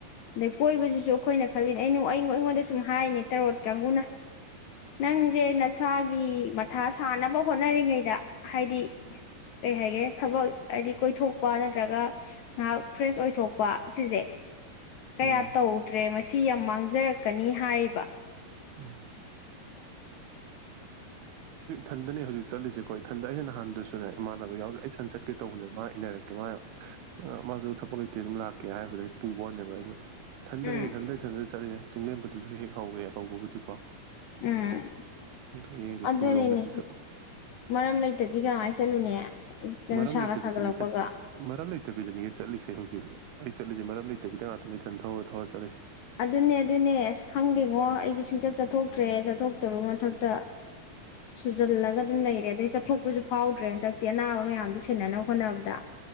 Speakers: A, on the left; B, on the right.
A: ꯑꯗꯩ ꯀꯣꯏꯕꯁꯤꯁꯨ ꯑꯩꯈꫭꯏꯅ ꯈꯜꯂꯤꯅꯦ ꯑꯩꯩꯅ ꯈꯜꯂꯤꯅꯦ ꯑꯩꯉꯣꯟꯗ ꯁꯨꯝ ꯍꯥꯏꯅꯦ ꯇꯔꯣꯠ ꯀꯥꯡꯕꯨꯅ ꯅꯪꯁꯦ ꯅꯁꯥꯒꯤ ꯃꯊꯥ ꯁꯥꯥꯟꯅꯕ ꯍꯣꯠꯅꯔꯤꯉꯩꯗ ꯍꯥꯏꯗꯤ ꯀꯩ ꯍꯥꯏꯒꯦ ꯊꯕꯛ ꯍꯥꯏꯗꯤ ꯀꯣꯏꯊꯣꯛꯄ ꯅꯠꯇ꯭ꯔꯒ ꯉꯥꯛ ꯐ꯭ꯔꯦꯁ ꯑꯣꯏꯊꯣꯛꯄ ꯁꯤꯁꯦ ꯀꯌꯥ
B: ꯎꯝ
A: ꯇꯧ ꯇ꯭ꯔꯦ ꯃꯁꯤ ꯌꯥꯝ ꯃꯥꯡꯖꯔꯛꯀꯅꯤ ꯍꯥꯏꯔꯤꯕ꯫
B: ꯎꯝ꯫ ꯊꯟꯗꯅꯦ ꯍꯧꯖꯤꯛ ꯆꯠꯂꯤꯁꯦ ꯀꫭ ꯏꯊꯟꯗ ꯑꯩꯅ ꯅꯍꯥꯟꯗꯁꯨꯅꯦ ꯏꯃꯥꯟꯅꯕ ꯌꯥꯎꯍꯜꯂꫭꯏ ꯑꯩ ꯏꯊꯟ ꯆꯠꯀꯦ ꯇꯧꯕꯅꯦ ꯃꯥ ꯏꯟꯅꯔꯛꯀꯦ ꯃꯥ ꯃꯥꯁꯨ ꯊꯕꯛ ꯂꯩꯇꯦ ꯑꯗꯨꯝ ꯂꯥꯛꯀꯦ ꯍꯥꯏꯕꯗꯨ ꯄꯨꯕꯅꯦꯋꯥꯅꯤ ꯑꯩꯁꯨ ꯊꯟꯗꯅ
A: ꯎꯝ
B: ꯏꯊꯟꯗ ꯏꯊꯟꯗ ꯆꯠꯂꯦ꯫ ꯆꯤꯡꯂꯦꯝꯕꯗꯨꯁꯨ ꯍꯦꯛ ꯍꯧꯋꯦ ꯍꯧꯕꯕꯨꯗꯤꯀꯣ
A: ꯎꯝ꯫
B: ꯑꯗꯣ ꯌꯦꯡꯒꯦ
A: ꯑꯗꯨꯅꯤꯅꯦ
B: ꯈꯣꯡꯖꯣꯝꯒꯤꯗꯨꯁꯨ
A: ꯃꯔꯝ ꯂꯩꯇꯗꯤ ꯀꯃꯥꯏꯅ ꯆꯠꯂꯨꯅꯦ꯫ ꯅꯨꯡꯁꯥꯒ
B: ꯃꯔꯝ ꯂꯩꯇꯕꯤꯗꯅꯤꯆꯠ
A: ꯁꯥꯒꯠꯂꯛꯄꯒ
B: ꯃꯔꯝ ꯂꯩ ꯇꯥꯕꯤꯗꯅꯤ ꯆꯠꯂꯤꯁꯦ ꯁꯦ ꯍꯧꯖꯤꯛ ꯑꯩ ꯆꯠꯂꯤꯁꯦ ꯃꯔꯝ ꯂꯩꯇꯕꯤꯗ ꯉꯥꯛꯇꯅꯦ ꯏꯊꯟ ꯊꯧꯔꯒ <unintelligible> ꯆꯠꯂꯤꯁꯤ
A: ꯑꯗꯨꯅꯦ ꯑꯗꯨꯅꯦ ꯑꯁ ꯈꯪꯗꯦꯉꯣ ꯑꯩꯗꯤ ꯁꯨꯡꯆꯠ ꯆꯠꯊꯣꯛ ꯇ꯭ꯔꯦ ꯆꯠꯊꯣꯛꯇꯕꯩ ꯃꯊꯛꯇ ꯁꯨꯖꯜꯂꯒ ꯑꯗꯨꯝ ꯂꯩꯔꯦ ꯑꯗꯒꯤ ꯆꯠꯊꯣꯛꯄꯁꯨ ꯐꯥꯎꯗ꯭ꯔꯦ ꯍꯟꯗꯛꯇꯤ ꯑꯅꯥꯕ ꯃꯌꯥꯝꯗꯣ ꯁꯦꯟꯅꯕ ꯍꯣꯠꯅꯕꯗ